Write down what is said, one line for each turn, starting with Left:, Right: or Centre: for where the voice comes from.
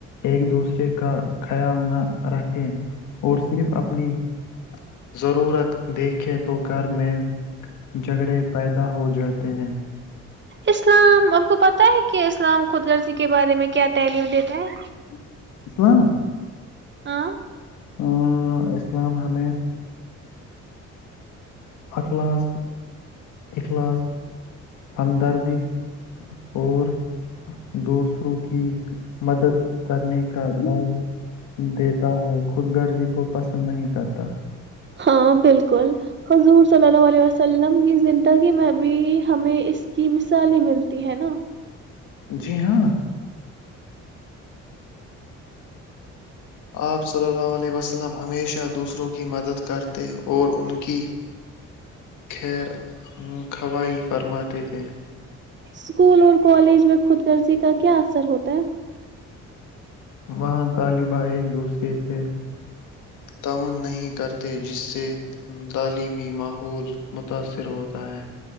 Left: ایک دوسرے کا خیال نہ رکھے اور صرف اپنی ضرورت دیکھیں تو گھر میں جگڑے پیدا ہو جات <unintelligible>
Right: اسلام آپ کو پتہ ہے کہ اسلام خود رضی کے بارے میں کیا تعلیم دیتا ہے
Left: <unintelligible>
Right: ہا
Left: ا اسلام حمید اخلاص اخلاص ہمدردی اور دوسروں کی مدد کرنے کا دائ دیتا ہے خود گرجی کو پسند نہیں کرتا
Right: ہاں بالکل حضور صلی اللہ علیہ وسلم کی زندگی میں بھی ہمیں اس کی مثالیں ملتی ہے نا
Left: جی ہاں آپ صلی اللہ علیہ وسلم ہمیشہ دوسروں کی مدد کرتے اور ان کی خیر خوائی فرماتے تھے
Right: اسکول اور کالج میں خود کررضی کا کیا اثر ہوتا ہے
Left: وہاں طالبہ ایک دوسرے سے تعاون نہیں کرتے جس سے تعلیمی ماحول متاثر ہوتا ہے